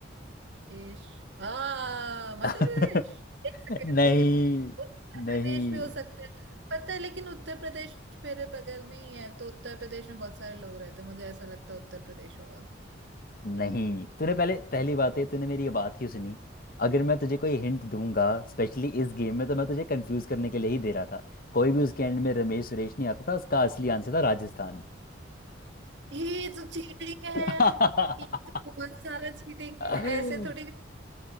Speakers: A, on the right; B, on the left.
A: महेश आ मध्य
B: <laughs>
A: प्रदेश एक सेकेंड
B: नहीं
A: लेकिन उत्तर
B: नहीं
A: प्रदेश भी हो सकता है पता है लेकिन उत्तर प्रदेश मेरे बगल में ही है तो उत्तर प्रदेश में बहुत सारे लोग रहते हैं मुझे ऐसा लगता है उत्तर प्रदेश होगा
B: नहीं तूने पहले पहली बात है तूने मेरी ये बात क्यों सुनी अगर मैं तुझे कोई हिंट दूंगा स्पेशली इस गेम में तो मैं तुझे कंफ्यूज करने के लिए ही दे रहा था कोई भी उसके एंड में रमेश सुरेश नहीं आता था उसका असली आंसर था राजस्थान
A: ये तो चीटिंग है
B: <laughs>
A: ये तो बहुत सारा चीटिंग
B: <laughs>
A: है ऐसे थोड़ी